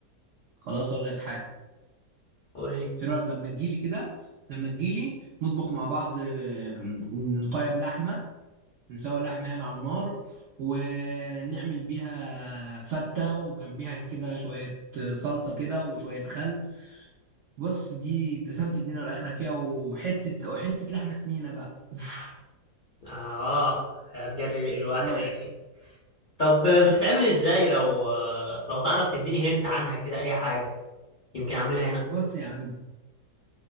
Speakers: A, on the right (about 70°); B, on the left (about 85°).
A: خلاص اقول لك حاجة
B: قول لي
A: ايه رأيك لما تجيلي كده لما تجيلي نطبخ مع بعض اه، نطيب لحمة نسوي لحمة يعني على النار ونعمل بيها فتة وجنبيها كده شوية صلصة كده وشوية خل بص دي دسمة الدنيا والآخرة فيها وحتة وحتة لحمة سمينة بقى أوف.
B: اه هتجري ايه الواحد
A: إيه رأيك؟
B: يا اخي طب بتتعمل ازاي لو لو تعرف تديني هنت عنها كده اي حاجة يمكن اعملها هنا
A: بص يا عم